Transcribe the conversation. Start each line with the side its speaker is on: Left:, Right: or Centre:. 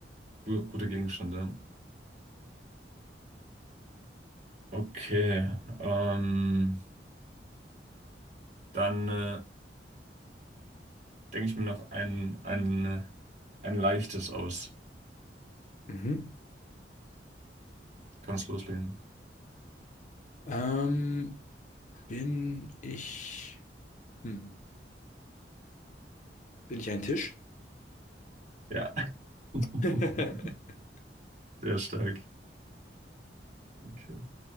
Right: Gu- Guter Gegenstand, ja. Okay, ähm, dann äh, denke ich mir noch ein, ein, äh, ein leichtes aus.
Left: Mhm.
Right: Kannst loslegen.
Left: Ähm, bin ich, hm, bin ich ein Tisch?
Right: Ja, <laughs>
Left: <laughs>
Right: sehr stark. Okay.